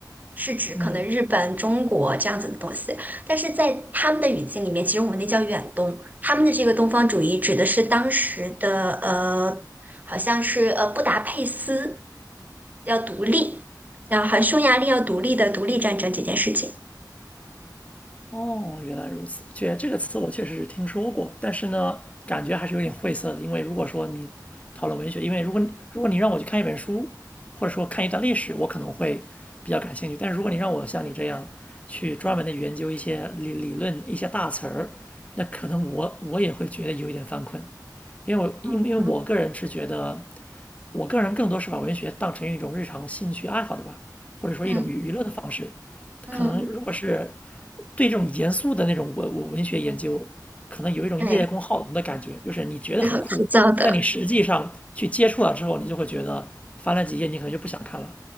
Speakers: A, on the right; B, on the left.
A: 是指可能日本、
B: 嗯。
A: 中国这样子的东西，但是在他们的语境里面，其实我们那叫远东，他们的这个东方主义指的是当时的呃，好像是呃布达佩斯要独立，然后好像匈牙利要独立的独立战争这件事情。
B: 哦，原来如此。确，这个词我确实是听说过，但是呢，感觉还是有点晦涩的。因为如果说你讨论文学，因为如果你如果你让我去看一本书，或者说看一段历史，我可能会比较感兴趣。但是如果你让我像你这样去专门的研究一些理理论、一些大词儿，那可能我我也会觉得有一点犯困，因为我因为因为我个人是觉得
A: 嗯
B: 我个人更多是把文学当成一种日常兴趣爱好的吧，或者说一种娱乐的方式。
A: 嗯嗯，
B: 可能如果是对这种严肃的那种文我文学研究，可能有一种叶公好龙的感觉，
A: 对，
B: 就是你觉得很酷，
A: 是很枯燥的。
B: 但你实际上去接触了之后，你就会觉得翻了几页你可能就不想看了，